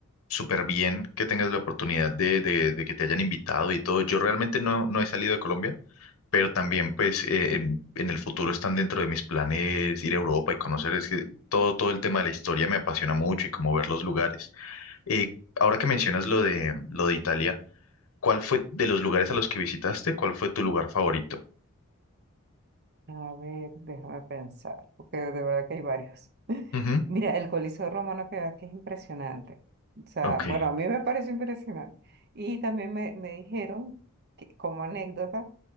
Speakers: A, on the left (about 80°); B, on the right (about 50°).
A: súper bien que tengas la oportunidad de, de- de que te hayan invitado y todo. Yo realmente no, no he salido de Colombia, pero también pues eh, en, en el futuro están dentro de mis planes ir a Europa y conocer es que todo, todo el tema de la historia me apasiona mucho y como ver los lugares. Eh, ahora que mencionas lo de, lo de Italia, ¿cuál fue de los lugares a los que visitaste? ¿Cuál fue tu lugar favorito?
B: A ver, déjame pensar, porque de verdad que hay varios.
A: Ujú,
B: Mira, el Coliseo Romano que aquí es impresionante. O sea,
A: Ok.
B: bueno, a mí me parece impresionante. Y también me, me dijeron, que, como anécdota,